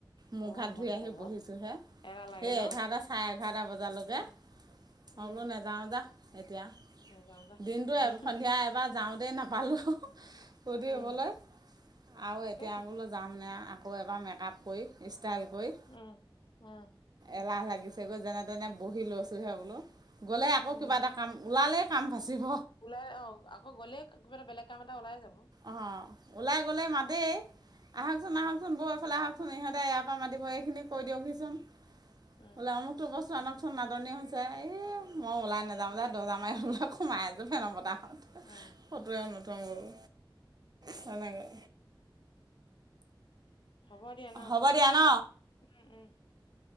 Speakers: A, on the right; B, on the left.
A: মুখ-হাত
B: অ ইমান
A: ধুই আহি
B: গৰম
A: বহিছোঁহে,
B: এলাহ লাগে
A: সেই
B: ন
A: এঘাৰটা চাৰে এঘাৰটা বজালৈকে।
B: উম
A: হ'লেওঁ নাযাওঁ যা এতিয়া,
B: নাযাও যা
A: দিনটো
B: উম
A: সন্ধিয়া এবাৰ যাওঁতেই নাপ পালো, ফূৰ্তি
B: উম
A: কৰিবলৈ। আৰু
B: তাকেইতো
A: এতিয়া বোলো যামনে, আকৌ এবাৰ মেকআপ কৰি, ষ্টাইল কৰি।
B: উম, উম।
A: এলাহ লাগিছেগৈ যেনে তেনে বহি লৈছোঁহে বোলো, গ'লে আকৌ
B: উম
A: কিবা এটা কাম, ওলালে কাম বাচিব।
B: ওলাই আহ, আকৌ গ'লে কিবা এটা, বেলেগ কাম এটা ওলাই যাব।
A: অঁ, ওলাই গ'লে মাতেই। আহঁকচোন,
B: উম
A: আহঁকচোন বৌ এইফালে আহঁকচোন ইহঁতে ইয়াৰ পৰা মাতিব, এইখিনি কৈ দিয়কহিচোন,
B: উম
A: বোলে আমোক টো বস্তু আনকচোন নাটনি হৈছে, এই মই ওলাই নাযাওঁ যা দৰ্জা মাৰি সোমাই আছোঁ, ফেন বতাহত।
B: উম
A: ফটোৱে নুঠাে বোলো, তেনেকে।
B: হ'ব দিয়া ন',
A: হ'ব দিয়া ন
B: উম, উম।